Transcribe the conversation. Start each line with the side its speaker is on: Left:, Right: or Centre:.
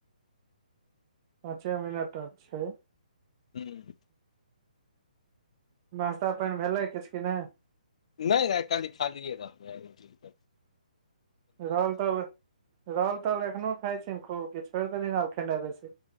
Right: पाँचे मिनट आबछै
Left: ह्म
Right: नास्ता पानि भेलै किछ कि नहि
Left: नहि नहि काली खालीए रहतै
Right: रहल ताल रहल ताल एखनो खाई छी खूब कि छोड़ि देलनि आब खेनाई बेसी